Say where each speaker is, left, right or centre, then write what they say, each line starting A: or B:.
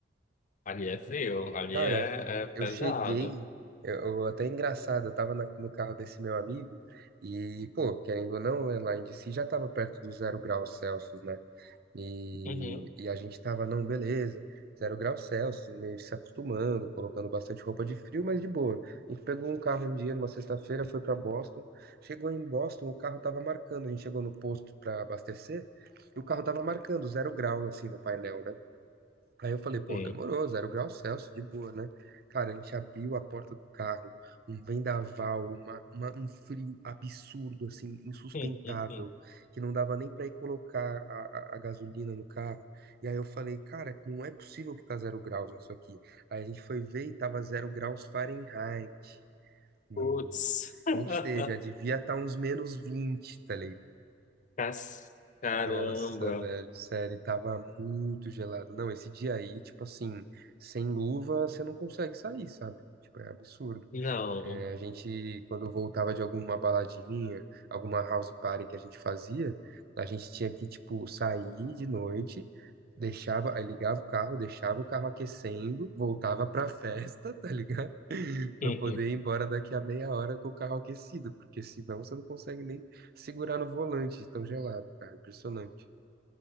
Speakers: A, on the left; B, on the right.
A: Ali é frio, ali
B: Cara,
A: é, é pesado.
B: eu cheguei, eu, eu- até é engraçado, eu tava na- no carro desse meu amigo e, pô, querendo ou não, né, lá em DC já tava perto dos zero graus Celsius, né? E,
A: Uhum,
B: e a gente tava, não, beleza, zero graus Celsius, meio se acostumando, colocando bastante roupa de frio, mas de boa. A gente pegou um carro um dia, numa sexta-feira, foi para Boston. Chegou em Boston, o carro tava marcando. A gente chegou no posto para abastecer e o carro tava marcando zero graus assim, no painel, né? Aí eu falei, pô,
A: sim.
B: demorou, zero graus Celsius, de boa, né? Cara, a gente abriu a porta do carro, um vendaval, uma, uma- um frio absurdo, assim, insustentável,
A: <laughs>
B: que não dava nem pra ir colocar a, a- a gasolina no carro. E aí eu falei, cara, não é possível que tá zero graus isso aqui. Aí a gente foi ver e tava zero graus Fahrenheit no...
A: Putz. <laughs>
B: Ou seja, devia estar uns menos vinte, tá
A: Cas- Caramba.
B: nossa, velho, sério, tava muito gelado. Não, esse dia aí, tipo assim, sem luva, você não consegue sair, sabe? Tipo, é absurdo.
A: Não.
B: É, a gente, quando voltava de alguma baladinha, alguma house party que a gente fazia, a gente tinha que, tipo, sair de noite, deixava, aí ligava o carro, deixava o carro aquecendo, voltava pra festa, <laughs> tá ligado? Pra
A: <laughs>
B: poder ir embora daqui a meia hora com o carro aquecido, porque senão você não consegue nem segurar no volante de tão gelado, cara. Impressionante.